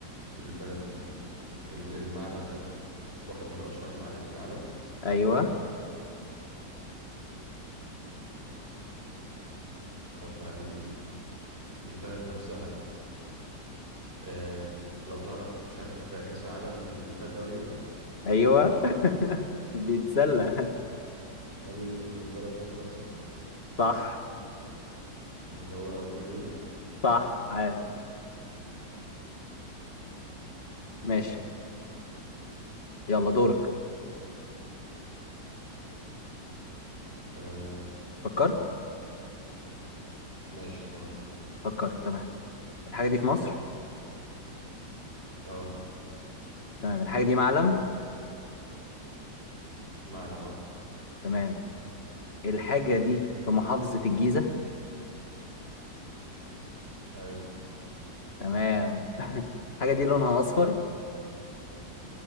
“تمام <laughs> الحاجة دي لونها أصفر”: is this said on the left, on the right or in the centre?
Left